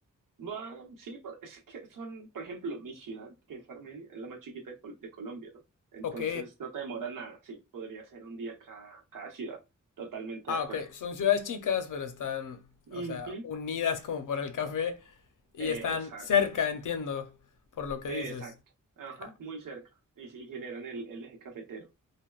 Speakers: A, on the right (about 85°); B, on the left (about 75°).
A: Va, sí, pero es que son, por ejemplo, mi ciudad, que es Armenia, es la más chiquita de, Col- de Colombia, ¿no? Entonces
B: Ok.
A: no te demora nada, sí, podría ser un día cada, cada ciudad, totalmente
B: Ah,
A: de acuerdo.
B: ok. Son ciudades chicas, pero están,
A: Ujú.
B: o sea, unidas como por el café y
A: Exacto.
B: están cerca, entiendo, por lo que
A: Eh,
B: dices.
A: Exacto, ajá,
B: Ya,
A: muy cerca y, sí, generan el, el eje cafetero.